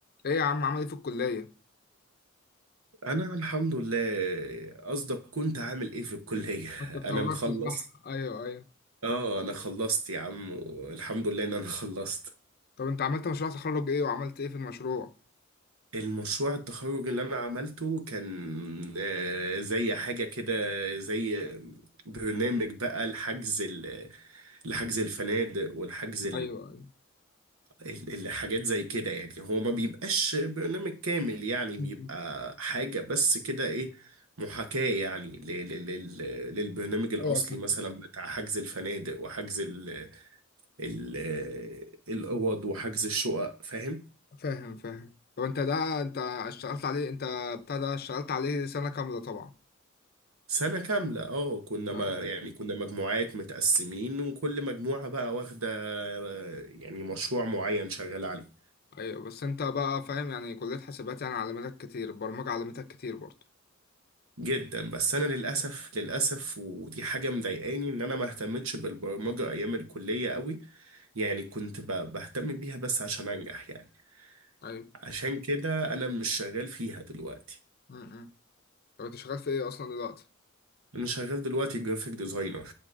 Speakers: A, on the left; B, on the right.
A: ايه يا عم عمل ايه في الكلية؟
B: انا الحمد لله قصدك كنت عامل ايه في الكلية <laughs>
A: انت اتخرجت
B: انا مخلص
A: صح؟ ايوه ايوه
B: اه انا خلصت يا عم والحمد لله ان انا خلصت
A: طب انت عملت مشروع تخرج ايه وعملت ايه في المشروع؟
B: المشروع التخرج اللي انا عملته كان آه، زي حاجة كده زي برنامج بقى لحجز ال- لحجز الفنادق والحجز
A: ايوه ايوه
B: ال- الحاجات زي كده يعني هو ما بيبقاش برنامج كامل يعني
A: م-
B: بيبقى
A: م.
B: حاجة بس كده ايه محاكاة يعني ل- ل- لل- للبرنامج الأصلي
A: ايوه فاهم
B: مثلا بتاع حجز الفنادق وحجز ال ال الأوض وحجز الشقق فاهم؟
A: فاهم فاهم. طب انت ده انت اشتغلت عليه انت بتاع ده اشتغلت عليه سنة كاملة طبعا
B: سنة كاملة اه كنا ما
A: آه.
B: يعني كنا مجموعات متقسمين وكل مجموعة بقى واخدة آه، يعني مشروع معين شغالة عليه
A: ايوه بس انت بقى فاهم يعني كلية حاسبات يعني علمتك كتير البرمجة علمتك كتير برضه
B: جدا بس انا للاسف للاسف ودي حاجه مضايقاني ان انا ما اهتمتش بالبرمجه ايام الكليه قوي يعني كنت ب- بهتم بيها بس عشان انجح يعني
A: ايوه
B: عشان كده انا مش شغال فيها دلوقتي
A: م- م. طب انت شغال في ايه اصلا دلوقتي؟
B: انا شغال دلوقتي جرافيك ديزاينر